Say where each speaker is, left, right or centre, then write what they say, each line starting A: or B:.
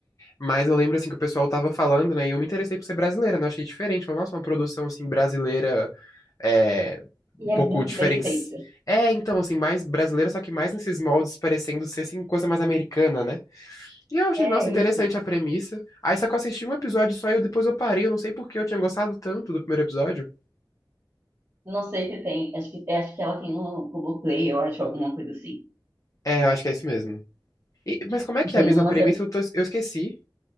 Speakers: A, on the left; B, on the right.
A: mas eu lembro, assim, que o pessoal tava falando, né, e eu me interessei por ser brasileira, né, eu achei diferente, falei, nossa, uma produção, assim, brasileira, é,
B: E
A: um pouco
B: é muito
A: diferente.
B: bem feito.
A: É, então, assim, mais brasileira, só que mais nesses moldes, parecendo ser, assim, coisa mais americana, né? E eu achei,
B: É
A: nossa, interessante
B: esse.
A: a premissa. Aí, só que eu assisti um episódio só e eu, depois eu parei, eu não sei por que eu tinha gostado tanto do primeiro episódio.
B: Não sei se tem, acho que, acho que ela tem no Globoplay, eu acho, alguma coisa assim.
A: É, eu acho que é isso mesmo. E- mas como é que
B: Tem
A: é a mesma
B: uma
A: premissa? Eu, tô- eu esqueci.